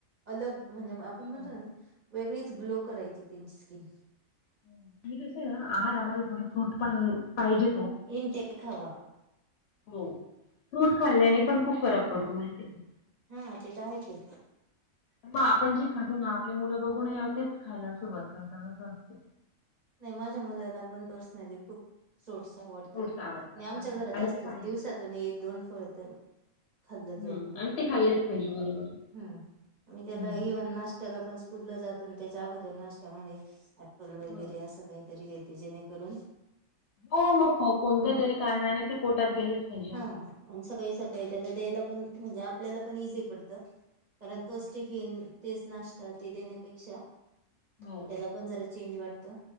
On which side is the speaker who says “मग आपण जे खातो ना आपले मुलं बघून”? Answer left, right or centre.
Left